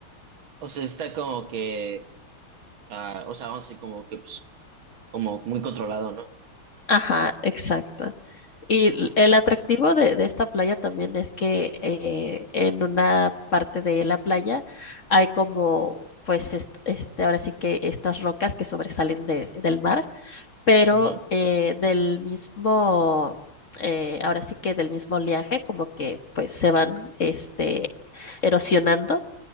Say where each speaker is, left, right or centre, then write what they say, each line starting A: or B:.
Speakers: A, on the right; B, on the left.
A: O sea, está como que, ah, o sea, vamos a decir como que, pues, como muy controlado, ¿no?
B: Ajá, exacto. Y l-
A: O-
B: el atractivo de, de esta playa también es que eh, en una parte de la playa hay como, pues, est- este, ahora sí que estas rocas que sobresalen de- del mar pero
A: Ajá,
B: eh, del mismo, eh, ahora sí que del mismo oleaje, como que pues se van este, erosionando